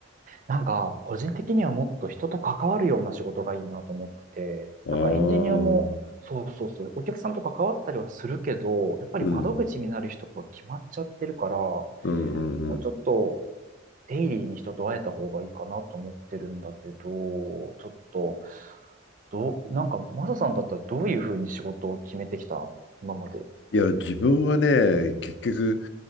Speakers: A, on the right (about 40°); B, on the left (about 65°).
A: なんか、個人的にはもっと人と関わるような仕事がいいなと思ってて、
B: ああ、
A: なんかエンジニアも、そうそうそう、お客さんと関わったりはするけど、やっぱり窓口になる人が決まっちゃってるから、
B: うん、うん、
A: も
B: うん、うん。
A: うちょっとデイリーに人と会えた方がいいかなと思ってるんだけど、ちょっと、どう、なんか、マサさんだったらどういうふうに仕事を決めてきた今まで。
B: いや、自分はね、結局、